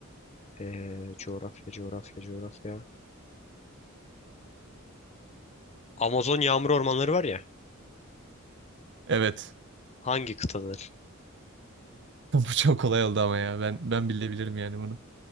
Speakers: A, on the left (about 30°); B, on the right (about 60°).
A: Ee, coğrafya coğrafya coğrafya. Amazon yağmur ormanları var ya.
B: Evet.
A: Hangi kıtadır?
B: <laughs> Bu çok kolay oldu ama ya. Ben ben bilebilirim yani bunu.